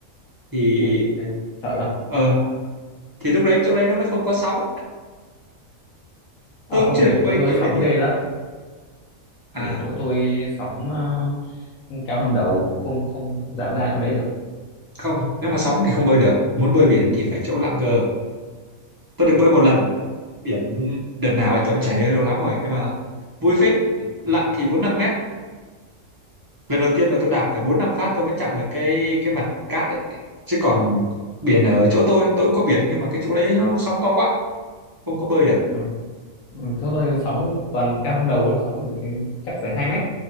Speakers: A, on the right; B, on the left.
A: thì
B: Ui, thế sợ lắm
A: ờ thì lúc đấy chỗ đấy nó mới không có sóng tôi
B: À, không
A: cũng chưa
B: biển
A: được bơi
B: chỗ tôi
A: kiểu
B: sóng
A: đấy nhiều
B: ghê lắm
A: à
B: biển chỗ tôi sóng ờ, cao hơn đầu không không không dám ra chỗ đấy được
A: không nếu mà sóng thì không bơi được muốn bơi biển thì phải chỗ lặng cơ tôi được bơi một lần biển đợt nào thì tôi cũng chả nhớ lâu lắm rồi nhưng mà vui phết lặn thì bốn năm mét lần đầu tiên mà tôi đạp phải bốn năm phát tôi mới chạm được cái cái mặt cát ấy chứ còn biển ở chỗ tôi tôi cũng có biển nhưng mà cái chỗ đấy nó sóng to quá không có bơi được
B: ừ. Ừ, chỗ tôi sóng toàn cao hơn đầu thôi, sóng phải, chắc phải hai mét